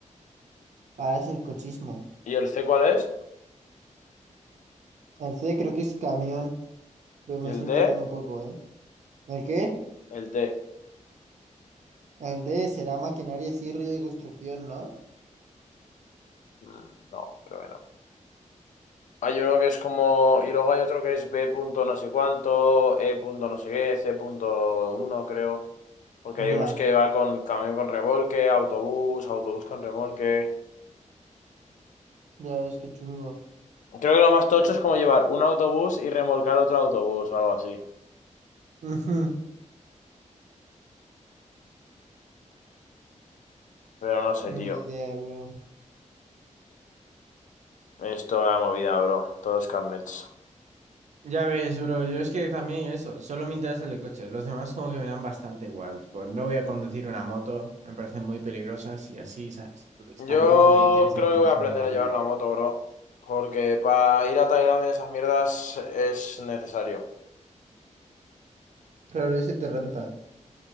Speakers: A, on the right; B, on the left.
A: A es el cochismo.
B: ¿Y el C cuál es?
A: El C creo que es camión. Pero me
B: ¿Y el
A: estoy
B: D?
A: inventando un poco, ¿eh? ¿El qué?
B: El D.
A: El D será maquinaria, sí, rollo de construcción, ¿no?
B: Mm, No, creo que no. Hay uno que es como. Y luego hay otro que es B punto no sé cuánto, E punto no sé qué, C punto uno, creo. Porque
A: Ya,
B: hay unos que va con camión con remolque, autobús, autobús con remolque.
A: ya ves que chungo.
B: Creo que lo más tocho es como llevar un autobús y remolcar otro autobús o algo así.
A: <laughs>
B: Pero no sé,
A: Ujú,
B: tío.
A: Ni idea, bro.
B: Es toda la movida, bro. Todos los carnets.
A: Ya ves, bro, yo es que también eso, solo me interesa el de coche. Los demás como que me dan bastante igual. Pues no voy a conducir una moto, me parecen muy peligrosas y así, ¿sabes? Entonces
B: Yo
A: tampoco me interesa
B: creo
A: aprender
B: que voy a aprender
A: una
B: a llevar
A: vida.
B: la moto, bro. Porque para ir a Tailandia y esas mierdas es necesario.
A: Claro, y si te renta.